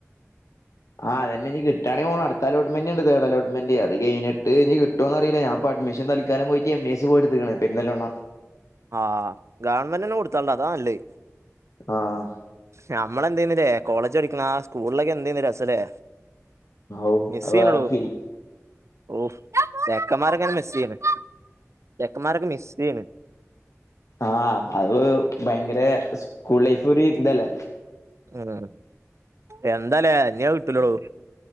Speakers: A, on the left; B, on the right.
A: ആ അതന്നെനി കിട്ടയാണങ്ക പോണം അടുത്ത അലോട്ട്മെന്റ്ണ്ട്. തേഡ അലോട്ട്മെന്റ് അത് കഴഞ്ഞിട്ട് ട്ടോന്ന്റിയില്ലഞാപ്പ അഡ്മിഷൻ തൽക്കാലം പോയിട്ട എം. എ. സി പോയി എടുത്തുകിണ് പെരിന്തൽമണ്ണ.
B: ആഹ് ഗവൺമെന്റിന്നെ കൊടുത്താലുണ്ട് അതാ നല്ലേ
A: ആഹ്
B: നമ്മള് എന്തെനില്ലേ കോളേജ് പഠിക്കുന്ന സ്കൂളിലൊക്കെ എന്തെന്ന് രസല്ലെ.
A: ഔ
B: മിസ്സ്
A: അത്
B: ചെയ്യുനേടോ
A: വേറെ ഫീൽ
B: ഓഫ് ചെക്കമറൊക്കെ ഇങ്ങനെ മിസ്സെയ്യന് ചെക്കമാർക്കെ മിസ്സെയ്യൺ.
A: ആഹ് അത് ഭയങ്കര സ്കൂൾ ലൈഫ് ഒരു ഇതല്ലേ.
B: ആഹ് എന്താലേ ഇനി അത് കിട്ടുല്ലഡോ.